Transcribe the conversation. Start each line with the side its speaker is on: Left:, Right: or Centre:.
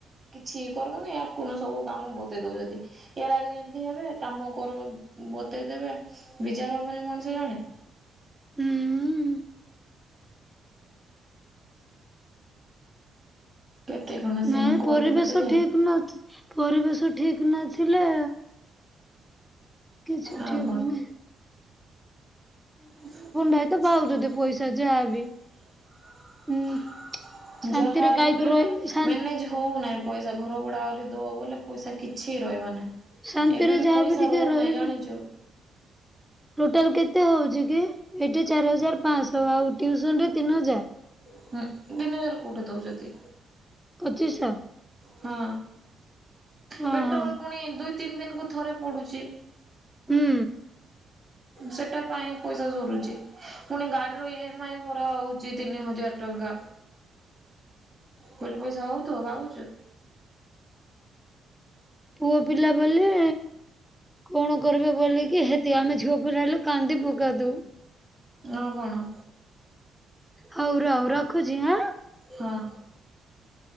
Right: କିଛି କରିବନି ୟାଙ୍କୁ ନା ସବୁ କଉ କାମ ବତେଇ ଦଉଚତି ଏ ରା ଆଗରେ ଏମିତି ହେ କାମ କର ବତେଇ ଦେବେ ବିଚାରି ହବନି ମଣିଷ ଜଣେ
Centre: ହୁଁ
Right: କେତେ କଣ ସିନ୍
Centre: ନାଇଁ
Right: କହିବି
Centre: ପରିବେଶ
Right: ତତେ ଯେ
Centre: ଠିକ ନ ପରିବେଶ ଠିକ ନଥିଲେ କିଛି
Right: ଆଉ
Centre: ଠିକ ନାହି।
Right: ହୁଁ <unintelligible>
Centre: ଭାଇ ତ ପାଉଛନ୍ତି ପଇସା ଯାହାବି ହୁଁ। ଶାନ୍ତିରେ
Right: ଯାହା
Centre: କାହିଁକି
Right: ବି ହେଲେ
Centre: ରହିବୁ ଶାନ୍ତି
Right: ମେନେଜ ହଉନାହିଁ ପଇସା। ଘର ଭଡ଼ା ଆହୁରି ଦେବ ବୋଲେ ପଇସା କିଛି ରହିବ ନାହିଁ।
Centre: ଶାନ୍ତିରେ
Right: ଏବେ ବି
Centre: ଯାହାବି
Right: ପଇସା
Centre: ଟିକେ
Right: ରହୁନାହିଁ
Centre: ରହିବେ।
Right: ଜାଣିଛୁ?
Centre: ଟୋଟାଲ କେତେ ହଉଛି କି? ଏଠି ଚାରି ହଜାର ପାଞ୍ଚଶହ ଆଉ ଟିଉସନ ରେ ତିନି ହଜାର
Right: ହୁଁ ତିନିହଜାର କୋଉଠି ଦଉଚତି
Centre: ପଚିଶଶହ
Right: ହଁ
Centre: ହଁ
Right: ପେଟ୍ରୋଲ
Centre: ହଁ
Right: ପୁଣି ଦୁଇ ତିନି ଦିନକୁ ଥରେ ପଡୁଛି।
Centre: ହୁଁ
Right: ସେଟା ପାଇଁ ପଇସା ସରୁଛି ପୁଣି ଗାଡିର ଇମ ଆଇ ଭଲ ହଉଛି ତିନି ହଜାର ଟଙ୍କା। କହିଲୁ ପଇସା ହଉ ଥିବ ଭାବୁଛୁ?
Centre: ପୁଅ ପିଲା ବୋଲି କଣ କରିବେ ବୋଲିକି ହେତି ଆମେ ଝିଅ ପିଲା ହେଲେ କାନ୍ଦି ପକାନ୍ତୁ।
Right: ଆଉ କଣ?
Centre: ହଉ ରହ ରଖୁଚି ଆଁ।
Right: ହଁ।